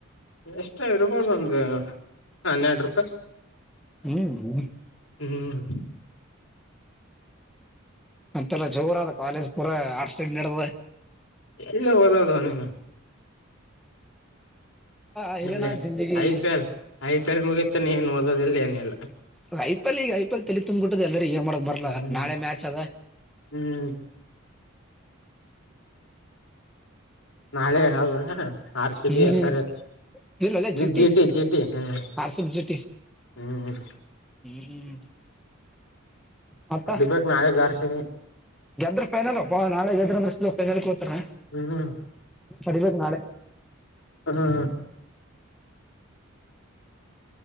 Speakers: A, on the left; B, in the centre.
A: ಎಷ್ಟ ಇರ್ಬೋದು ಒಂದು ಹನ್ನೆರಡು ರೂಪಾಯಿ
B: ಹ್ಮ್ ಹ್ಮ
A: ಹ್ಮ್
B: ಮತ್ತೆಲ್ಲ ಜೋರ ಅದ ಕಾಲೇಜ್ ಪೂರ ಆ ಸ್ಟೈ ನಡದದ
A: ಎಲ್ಲ ಹೋಗೋದ ನೀನ್
B: ಹೈರಾಣ
A: ಇಲ್ಲ
B: ಜಿಂದಗಿ
A: I P L I P L ಮುಗತಾನ ಏನು ಓದೋದಿಲ್ಲ ಏನಿಲ್ಲ
B: ಐ ಪಿ ಎಲ್ ಈಗ ಐಪಿ ಎಲ್ ತೆಲಿ ತುಂಬ್ಬಿಟ್ಟದ ಎಲ್ಲರ ಏನ್ ಮಾಡಕ್ ಬರ್ಲ್ಲ
A: ಹ್ಮ್
B: ನಾಳೆ ಮ್ಯಾಚ್ ಅದ
A: ಹ್ಮ್ ನಾಳೆ ಹೇಳ <unintelligible> ಹ ಆರ್ ಸಿ
B: ಹ್ಮ್
A: ಬಿ ಎಸ್ ಆರ್ ಎ
B: ಇಲ್ಲಲ್ಲ G T
A: G T G T ಹ್ಮ್
B: ಆರ್ ಸಿ ಬಿ ಜಿಟಿ
A: ಹ್ಮ್
B: ಹ್ಮ್ ಮತ್ತ
A: ಹೋಡಿಬೇಕ್ ನಾಳಿದ್ದು ಆರ್ ಸಿ ಬಿ ನ
B: ಗೆದ್ರ ಫೈನಲ್ ಅಪ್ಪ ನಾಳೆ ಗೆದ್ರ ಅಂದ್ರ ಫೈನಲ್ಗೆ ಹೋತಾರ
A: ಹ್ಮ್
B: ತಡಿಬೇಕು ನಾಳೆ
A: ಹ ಹ